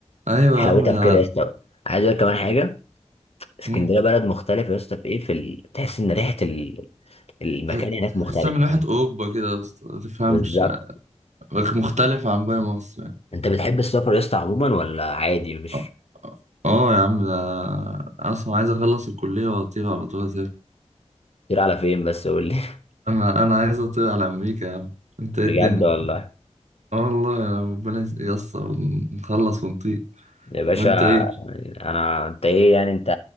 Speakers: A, on the right; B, on the left.
A: أيوة
B: حلاوتها
A: يا عم ده
B: في كده يا اسطى عايز اقول كمان حاجه اسكندريه
A: مم.
B: بلد مختلف يا اسطى في ايه في ال... تحس ان ريحه ال... المكان
A: تح-
B: هناك
A: تحسها
B: مختلفه
A: من واحد
B: فاهم
A: أوروبا كده يا اسطى، ما تفهمش
B: بالظبط
A: مختلف عن باقي مصر يعني
B: انت بتحب السفر يا اسطى عموما ولا عادي مش
A: آه آه يا عم ده أنا أصلا عايز أخلص الكلية وأطير على طول
B: كتير على فين بس قول لي <laughs>
A: انا انا عايز اطير على امريكا يا عم انت ايه
B: بجد
A: الدنيا
B: والله
A: اه والله يا ربنا يس- ييسر ونخلص ونطير
B: يا باشا
A: وانت ايه
B: انا انت ايه يعني انت